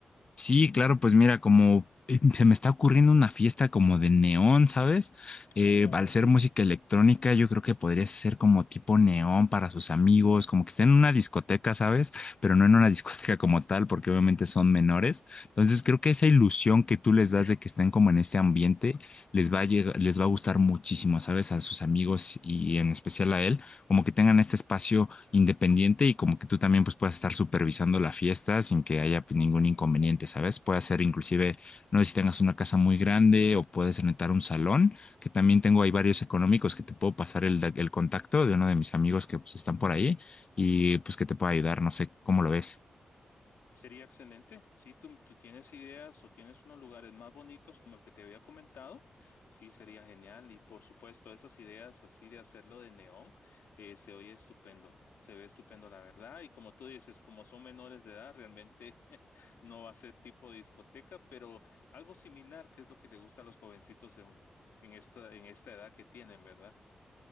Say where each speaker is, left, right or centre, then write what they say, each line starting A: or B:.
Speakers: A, on the left; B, on the left.
A: Sí, claro, pues mira, como eh, se me está ocurriendo una fiesta como de neón, ¿sabes? Eh,
B: Oh,
A: al ser
B: sí.
A: música electrónica, yo creo que podrías hacer como tipo neón para sus amigos, como que estén en una discoteca, ¿sabes? Pero no en una <laughs> discoteca como tal, porque obviamente son menores. Entonces, creo que esa ilusión que tú les das de que estén como en ese ambiente les va a llega- les va a gustar muchísimo, ¿sabes? A sus amigos y en especial a él, como que tengan este espacio independiente y como que tú también pues puedas estar supervisando la fiesta sin que haya pues, ningún inconveniente, ¿sabes? Puede ser inclusive, no sé si tengas una casa muy grande o puedes rentar un salón, que también tengo ahí varios económicos que te puedo pasar el, el contacto de uno de mis amigos que pues están por ahí y pues que te pueda ayudar, no sé cómo lo ves.
B: Sería excelente. Si tú, tú tienes ideas o tienes unos lugares más bonitos como el que te había comentado, sí, sería genial. Y por supuesto, esas ideas así de hacerlo de neón, eh, se oye estupendo. Se ve estupendo, la verdad. Y como tú dices, como son menores de edad, realmente <laughs> no va a ser tipo de discoteca, pero algo similar, que es lo que le gusta a los jovencitos en, en esta, en esta edad que tienen, ¿verdad?